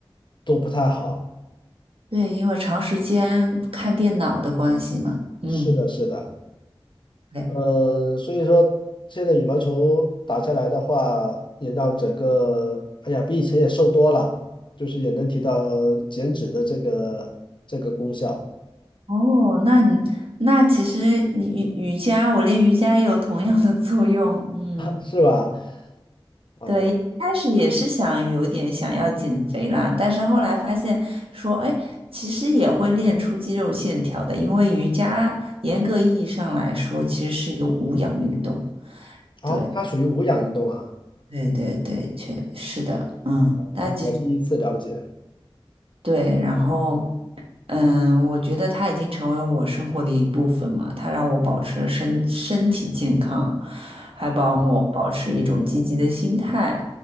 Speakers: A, on the left (about 55°); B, on the right (about 75°).
A: 都不太好。
B: 对，因为长时间看电脑的关系嘛。嗯，
A: 是的，是的，
B: 对。
A: 呃，所以说现在羽毛球打下来的话，也让整个哎呀比以前也瘦多了，就是也能提到减脂的这个这个功效，
B: 哦，那你那其实你瑜瑜伽，我练瑜伽也有同样的作用。嗯，
A: 是吧？啊、
B: 对，一开始也是想有点想要减肥啦，但是后来发现说，哎，其实也会练出肌肉线条的，因为瑜伽严格意义上来说，其实是一个无氧运动。
A: 好，
B: 对。
A: 它属于无氧运动啊。
B: 对对对，确是的，嗯，他其实
A: 今天第一次了解，
B: 对，然后嗯，我觉得他已经成为我生活的一部分嘛，他让我保持了身身体健康，还帮我保持一种积极的心态。